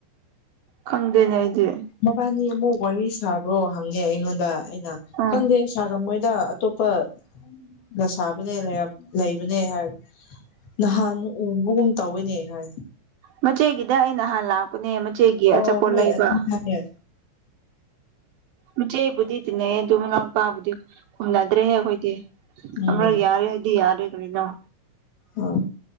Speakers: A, on the right; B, on the left.
A: ꯈꯪꯗꯦꯅꯦ ꯑꯩꯗꯤ
B: ꯃꯕꯥꯅꯤ ꯑꯃꯨꯛ ꯋꯥꯔꯤ ꯁꯥꯕ꯭ꯔꯣ ꯍꯪꯉꯦ ꯑꯩꯉꯣꯟꯗ ꯑꯩꯅ
A: ꯎꯝ
B: ꯈꯪꯗꯦ ꯁꯥꯔꯝꯃꯣꯏꯗ ꯑꯇꯣꯞꯄ ꯅ ꯁꯥꯥꯕꯅꯦ ꯂꯩꯔꯝ ꯂꯩꯕꯅꯦ ꯍꯥꯏ ꯅꯍꯥꯟ ꯎꯕꯒꯨꯝ ꯇꯧꯋꯤꯅꯦ ꯍꯥꯏ
A: ꯃꯆꯦꯒꯤꯗ ꯑꯩꯅ ꯅꯍꯥꯟ ꯂꯥꯛꯄꯅꯦ ꯃꯆꯦꯒꯤ
B: ꯑꯣ
A: ꯑꯆꯥꯄꯣꯠ
B: ꯍꯣꯏ
A: ꯂꯩꯕ
B: ꯑꯗꯨꯃꯥꯏ ꯍꯥꯏꯌꯦ
A: ꯃꯆꯦꯕꯨꯗꯤ ꯇꯤꯟ ꯅꯩꯌꯦ ꯑꯗꯨ ꯃꯅꯥꯎ ꯄꯥꯕꯨꯗꯤ ꯈꯨꯝꯅꯗ꯭ꯔꯦꯍꯦ ꯑꯩꯈꯣꯏ ꯇꯦ
B: ꯎꯝ
A: ꯑꯃ ꯌꯥꯔꯦ ꯍꯥꯏꯗꯤ ꯌꯥꯔꯦ <unintelligible>
B: ꯑ